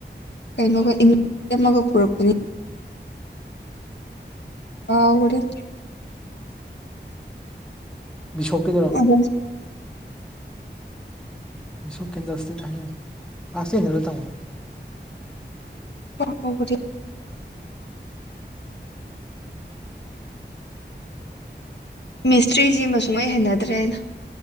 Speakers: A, on the left; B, in the centre.
A: ꯀꯩꯅꯣꯒ ꯏꯃ ꯑꯃꯒ ꯄꯨꯔꯛꯄꯅꯤ ꯀꯥꯒꯔꯦꯗ
B: ꯕꯤꯁꯣꯞ ꯀꯤꯗꯨꯔꯥ
A: ꯑꯗꯨꯅꯦ
B: ꯃꯤꯁꯣ ꯀꯦꯟꯗꯜꯁꯇꯦ ꯍꯥꯏ ꯀ꯭ꯂꯥꯁ ꯇꯦꯟꯗꯗ ꯇꯝꯃꯣꯒ
A: ꯐꯥꯎꯕꯗꯤ ꯃꯤꯁꯇ꯭ꯔꯤꯁꯤ ꯃꯨꯡꯉꯩ ꯍꯩꯅꯗ꯭ꯔꯦ ꯍꯥꯏꯅ